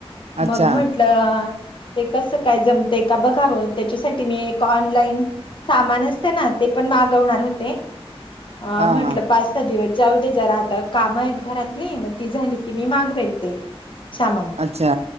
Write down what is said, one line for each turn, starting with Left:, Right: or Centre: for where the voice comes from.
Right: अच्छा
Left: मग म्हंटलं ते कसं काय जमतंय का बघावं त्याच्यासाठी मी एक ऑनलाईन सामान असते ना ते पण मागवणार होते अ
Right: हा
Left: म्हटलं
Right: हा.
Left: पाच सहा दिवस जाऊ दे जरा आता काम आहेत घरातली मग ती झाली की मी मागवेल ते सामान
Right: अच्छा